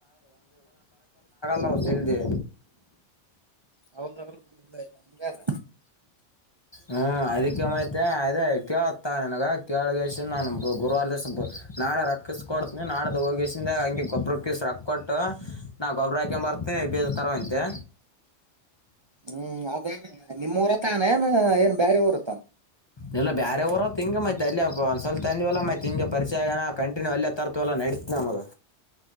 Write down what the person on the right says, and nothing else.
ಅವನ್ಲ್ಲ ಇಲ್ಲ ಹಂಗಾರ
ಹ್ಮ್ ಅದೇ ನಿಮ್ಮ ಊರ ತಾನ ಏನ್ ಏನ್ ಬೇರೆ ಊರ ತಾನ